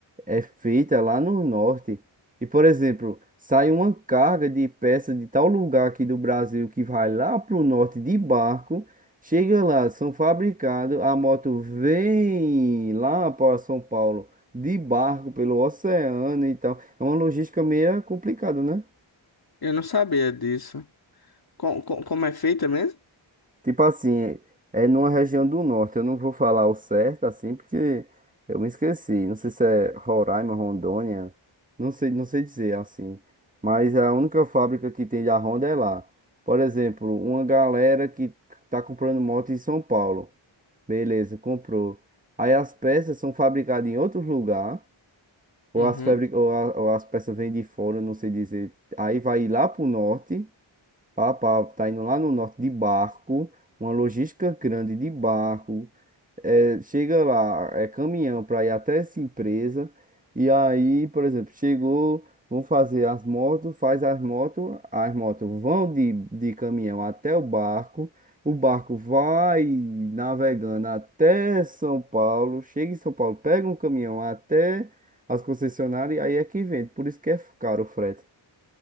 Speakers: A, on the right; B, on the left.
A: é feita lá no norte. E por exemplo, sai uma carga de peça de tal lugar aqui do Brasil que vai lá pro norte de barco, chega lá, são fabricados, a moto vem lá para São Paulo de barco pelo oceano e tal. É uma logística meio complicada, né?
B: Eu não sabia disso. Com, com- como é feita mesmo?
A: Tipo assim, é numa região do norte. Eu não vou falar o certo assim, porque eu me esqueci. Não sei se é Roraima, Rondônia. Não sei, não sei dizer assim. Mas a única fábrica que tem da Honda é lá. Por exemplo, uma galera que tá comprando moto em São Paulo. Beleza, comprou. Aí as peças são fabricadas em outro lugar. Ou
B: Uhum.
A: as, fabri- ou a- ou as peças vêm de fora, não sei dizer. Aí vai lá pro norte. Papá tá indo lá no norte de barco, uma logística grande de barco. é, chega lá, é caminhão para ir até essa empresa. E aí, por exemplo, chegou, vão fazer as motos, faz as motos, as motos vão de, de caminhão até o barco. O barco vai navegando até São Paulo, chega em São Paulo, pega um caminhão até as concessionárias e aí é que vende. Por isso que é caro o frete.